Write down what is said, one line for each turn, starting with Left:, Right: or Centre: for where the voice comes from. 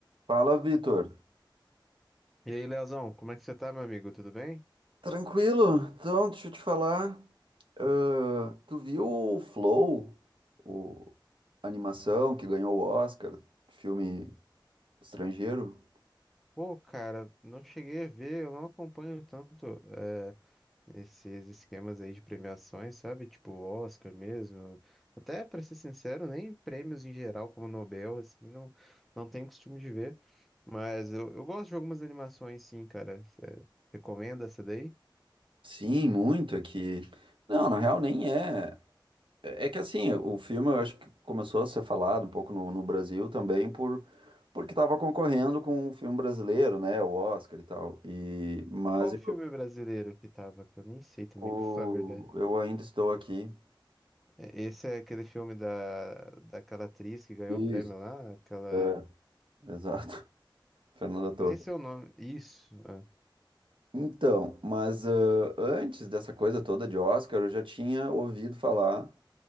Right: Fala, Vitor.
Centre: E aí, Leozão, como é que você tá, meu amigo? Tudo bem?
Right: Tranquilo? Então, deixa eu te falar. Ah, tu viu o Flow, o a animação que ganhou o Oscar, filme estrangeiro?
Centre: Pô, cara, não cheguei a ver, eu não acompanho tanto eh, esses esquemas aí de premiações, sabe? Tipo Oscar mesmo. Até, pra ser sincero, nem prêmios em geral, como Nobel, assim, não, não tenho costume de ver. Mas eu, eu gosto de algumas animações, sim, cara. Você recomenda essa daí?
Right: Sim, muito. aqui. Não, na real, nem é. É é que assim, o filme eu acho que começou a ser falado um pouco no, no Brasil também por. Porque estava concorrendo com um filme brasileiro, né? O Oscar e tal. E... Mas
Centre: Qual
Right: eu,
Centre: filme brasileiro que tava? Que eu nem sei também,
Right: o-
Centre: pra falar a verdade.
Right: eu ainda estou aqui.
Centre: Eh, Esse é aquele filme da, daquela atriz que ganhou
Right: Isso.
Centre: o prêmio lá, aquela.
Right: É, exato. Fernanda Torres.
Centre: Eu nem sei o nome. Isso. É.
Right: Então, mas ãh, antes dessa coisa toda de Oscar, eu já tinha ouvido falar,